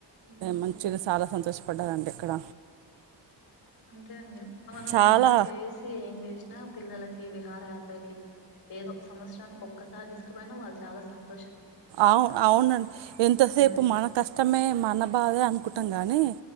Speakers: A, on the left; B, on the right.
A: ఉమ్
B: మంచిగా సాల సంతోషపడ్డారండి ఇక్కడ
A: అంతే అండి మనం
B: చాలా
A: ఎంత చేసి ఏం చేసినా పిల్ల విహారయాత్రకి ఏదో సంవత్సరానికి ఒక్కసారి తీసుకు పోయినా వాళ్ళు చాలా సంతో
B: అవును అవునండి ఎంతసేపు
A: అనుభవిస్తారు
B: మన కష్టమే మన బాధే అనుకుంటాం గాని